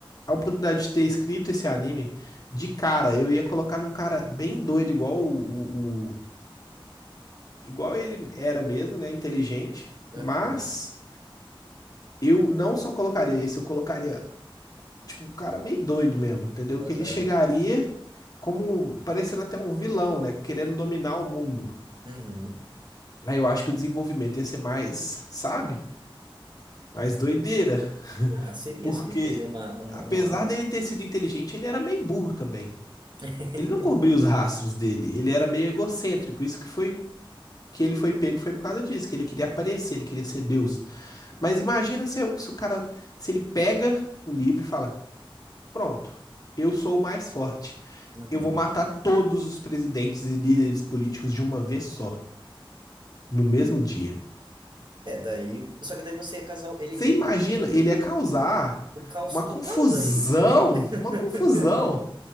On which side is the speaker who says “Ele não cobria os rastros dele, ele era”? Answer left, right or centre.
Left